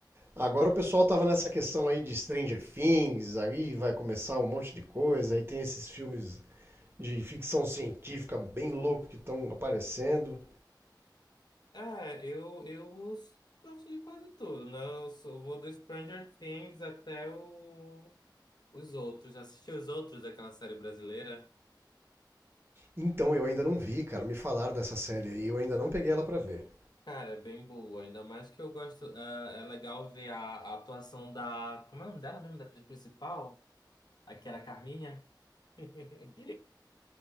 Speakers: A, on the right; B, on the left.
A: agora o pessoal tava nessa questão aí de Stranger Things, aí vai começar um monte de coisa, aí tem esses filmes de ficção científica bem louco que estão aparecendo.
B: É, eu, eu gosto de quase tudo, né? Eu sou- vou do Stranger Things até o. Os outros, assisti os outros daquela série brasileira.
A: Então eu ainda não vi, cara. Me falaram dessa série aí, eu ainda não peguei ela pra ver.
B: Cara, é bem boa, ainda mais que eu gosto. É, é legal ver a, a atuação da. Como é o nome dela mesmo? Da atriz principal? A que era a Carminha? <laughs>